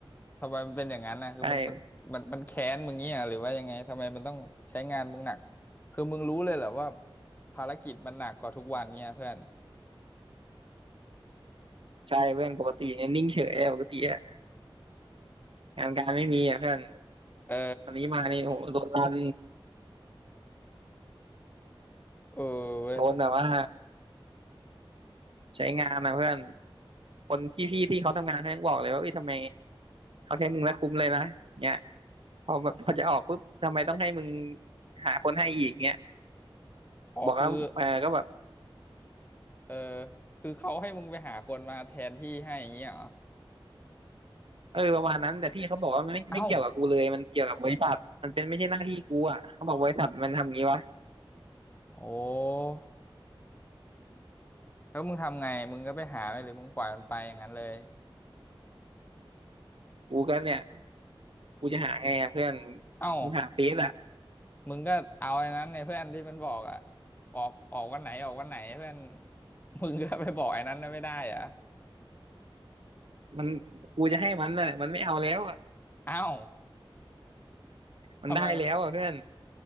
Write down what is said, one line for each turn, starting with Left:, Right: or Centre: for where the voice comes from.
Left: ทำไมมันเป็นอย่างนั้นนะคือมันมันมันมันแค้นมึงเงี้ยหรือว่ายังไงทำไมมันต้องใช้งานมึงหนัก
Right: ใช่
Left: คือมึงรู้เลยเหรอว่าภารกิจมันหนักกว่าทุกวันเนี่ยเพื่อน
Right: ใช่เพื่อนปกติเนี่ยนิ่งเฉยอะปกติอะงานการไม่มีอะเพื่อน
Left: เออ
Right: ตอนนี้มานี่โหโดนรัน
Left: เออเว้ย
Right: โดนแบบว่าใช้งานนะเพื่อนคนพี่ๆที่เขาทำงานเขายังบอกเลยว่าเอ้ยทำไมเขาใช้มึงแล้วคุ้มเลยนะเนี่ยพอแบบพอจะออกปุ๊บทำไมต้องให้มึงหาคนให้อีกเนี่ย
Left: อ๋อคือ
Right: บอกว่าเออก็แบบ
Left: เออคือเขาให้มึงไปหาคนมาแทนที่ให้อย่างเงี้ยเหรอ
Right: เออประมาณนั้นแต่พี่เขาบอกว่ามันไม่ไม่เกี่ยวกับกูเลยมันเกี่ยวกับบริษัทมันเป็นไม่ใช่หน้าที่กูอ่ะเขาบอกบริษัทมันทำงี้วะ
Left: เอ้า โอ้แล้วมึงทำไงมึงก็ไปหาไหมหรือมึงปล่อยมันไปอย่างนั้นเลย
Right: กูก็เนี่ยกูจะหาไงอะเพื่อน
Left: เอ้า
Right: คงหาเฟซอ่ะ
Left: มึงก็เอาไอ้นั้นเนี่ยเพื่อนที่มันบอกอะออกออกวันไหนออกวันไหนเพื่อน <laughs> มึงก็ไปบอกไอ้นั้นน่ะไม่ได้เหรอะ
Right: มันกูจะให้มันน่ะมันไม่เอาแล้ว
Left: เอ้า
Right: มันได้แล้วอ่ะเพื่อน
Left: ทำไมมัน